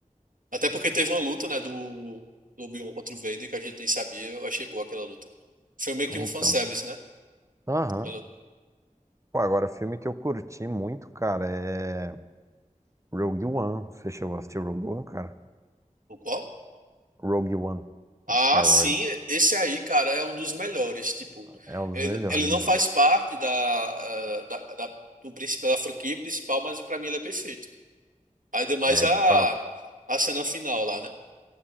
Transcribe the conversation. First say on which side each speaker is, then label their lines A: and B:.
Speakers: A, on the right; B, on the right.
A: Até porque teve uma luta, né, do, do Obi-Wan contra o Vader, que a gente nem sabia. Eu achei boa aquela luta. Foi meio que
B: É,
A: um
B: então.
A: fanservice, né?
B: Aham.
A: Ela-
B: Pô, agora, filme que eu curti muito, cara, é Rogue One. Você chegou a assistir Rogue One, cara?
A: o qual?
B: Rogue One,
A: Ah,
B: de Star
A: sim,
B: Wars.
A: esse aí, cara, é um dos melhores. Tipo,
B: É um dos
A: ele,
B: melhores,
A: ele não
B: né?
A: faz parte da, ah, da, da, do, principal da franquia principal, mas pra mim ele é perfeito. Ainda mais
B: É,
A: a,
B: de fato.
A: a cena final lá, né?